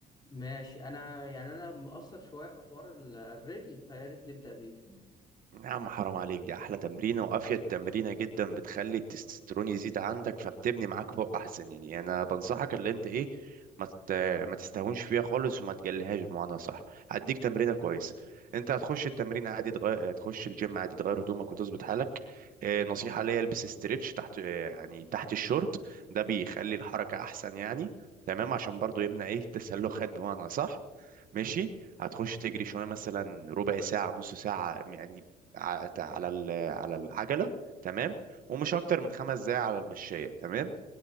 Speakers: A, on the left; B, on the right.
A: ماشي انا يعني انا مقصر شويه في حوار ال- الرجل فيا ريت نبدا بيه
B: يا عم حرام عليك دي احلى تمرينه وافيد تمرينه جدا بتخلي التستوستيرون يزيد عندك فبتبني معاك فوق احسن يعني انا بنصحك اللي انت ايه ما تت- ما تستهونش فيها خالص وما تجليهاش بمعنى صح هديك تمرينه كويسه انت هتخش التمرين عادي تغير تخش الجيم عادي تغير هدومك وتظبط حالك آه، نصيحه ليا البس استريتش تحت آه، يعني تحت الشورت ده بيخلي الحركه احسن يعني تمام عشان برضو يمنع ايه تسلخات بمعنى صح ماشي هتخش تجري شويه مثلا ربع ساعه نص ساعه يعني ع- على ال- على العجله تمام ومش اكتر من خمس دقايق على المشايه تمام